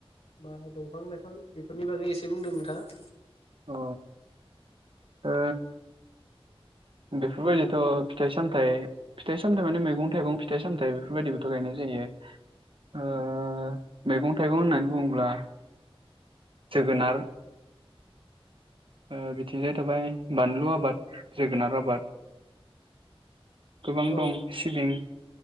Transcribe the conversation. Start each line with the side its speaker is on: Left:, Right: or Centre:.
Left: बा दफां लाइफां बेफोरनि बागै एसे बुंदो नोंथाङा।
Right: अ ओ बेफोरबायदिथ' फिथाइ सामथाइ फिथाइ सामथाइ माने मैगं थाइगं फिथाइ सामथाइ बेफोरबायदिबोथ गायनाय जायो। ओ मैगं थाइगं होननानै बुङोब्ला जोगोनार ओ बिथिंजाय जाबाय बानलु आबाद जोगोनार आबाद। गोबां
Left: औ
Right: दं सिबिं